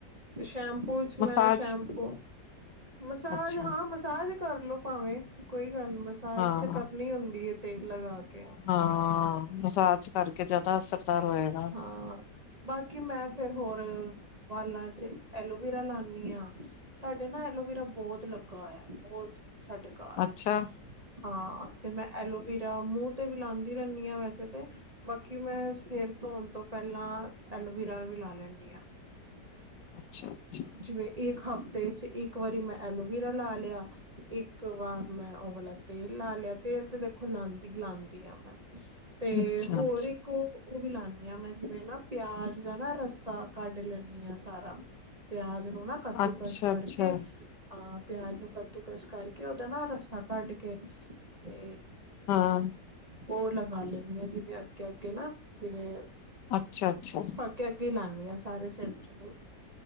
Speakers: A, on the right (about 25°); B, on the left (about 80°).
A: ਤੇ ਸ਼ੈਂਪੂ 'ਚ
B: ਮਸਾਜ
A: ਮੈਂ ਸ਼ੈਪੂ ਮਸਾਜ
B: ਅੱਛਾ
A: ਹਾਂ ਮਸਾਜ ਮਸਾਜ ਕਰਲੋ ਭਾਵੇਂ, ਕੋਈ ਗੱਲ ਮਸਾਜ
B: ਹਾਂ
A: ਤੇ ਕਰਨੀ ਹੁੰਦੀ ਤੇਲ ਲਗਾ ਕੇ
B: ਹਾਂ ਮਸਾਜ ਕਰਕੇ ਜਾਦਾ ਅਸਰਦਾਰ ਹੋਏਗਾ।
A: ਹਾਂ ਬਾਕੀ ਮੈਂ ਫੇਰ ਹੋਰ ਵਾਲਾਂ 'ਚ ਐਲੋਵਰਾ ਲਾਨੀ ਆਂ। ਸਾਡੇ ਨਾ ਐਲੋਵੀਰਾ ਬੋਤ ਲੱਗਾ ਹੋਇਆ ਬੋਤ। ਸਾਡੇ ਘਰ,
B: ਅੱਛਾ
A: ਹਾਂ ਤੇ ਮੈਂ ਐਲੋਵੀਰਾ ਮੂੰਹ ਤੇ ਵੀ ਲਾਂਦੀ ਰਹਿੰਦੀ ਆਂ ਵੈਸੇ ਵੈਸੇ ਤੇ ਬਾਕੀ ਮੈਂ ਸਿਰ ਧੋਨ ਤੋਂ ਪਹਿਲਾਂ ਐਲੋਵੀਰਾ ਵੀ ਲਾ ਲੈਂਨੀ ਆ। <unintelligible>
B: ਅੱਛਾ-ਅੱਛਾ।
A: ਜਿਵੇਂ ਇੱਕ ਹਫ਼ਤੇ 'ਚ ਇੱਕ ਵਾਰੀ ਮੈਂ ਐਲੋਵੀਰਾ ਲਾ ਲਿਆ। ਇੱਕ ਵਾਰ ਮੈਂ ਓ ਵਾਲਾ ਤੇਲ ਲਾ ਲਿਆ, ਤੇਲ ਤੇ ਦੇਖੋ ਲਾਂਦੀ, ਲਾਂਦੀ ਆ ਮੈਂ। ਤੇ
B: ਅੱਛਾ
A: ਹੋਰ
B: ਅੱਛਾ
A: ਇੱਕ ਓ ਵੀ ਲਾਨੀ ਆਂ ਮੈਂ ਜਿਵੇਂ ਨਾ ਪਿਆਜ਼ ਦਾ ਨਾ ਰੱਸਾ ਕੱਢ ਲੈਂਨੀ ਆਂ ਸਾਰਾ। ਪਿਆਜ ਨੂੰ ਨਾ ਕੱਦੂਕਸ
B: ਅੱਛਾ
A: ਕਰਕੇ
B: ਅੱਛਾ
A: ਆਂ, ਪਿਆਜ ਨੂੰ ਕੱਦੂਕਸ ਕਰਕੇ ਓਦਾ ਨਾ ਰੱਸਾਂ ਕੱਢ ਕੇ ਤੇ
B: ਹਾਂ।
A: ਓ ਲਗਾ ਲੈਂਨੀ ਆ ਜਿਵੇਂ ਅੱਗੇ-ਅੱਗੇ ਨਾ ਜਿਵੇਂ
B: ਅੱਛਾ-ਅੱਛਾ।
A: ਅੱਗੇ-ਅੱਗੇ ਲਾਨੀ ਆ ਸਾਰੇ ਸਿਰ 'ਚ ਨੀ,